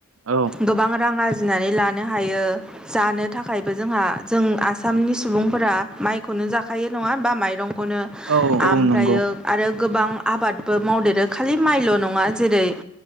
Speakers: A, on the right (about 65°); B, in the centre.
A: औ
B: गोबां रां आरजिनानै लानो हायो। जानो थाखायबो जोंहा जों आसामनि सुबुंफोरा माइखौनो जाखायो नङा होमबा माइरं <unintelligible> आमफ्रायो
A: औ औ नंगौ
B: आरो गोबां आबादबो मावदेरो खालि माइल' नङा नङा । जेरै-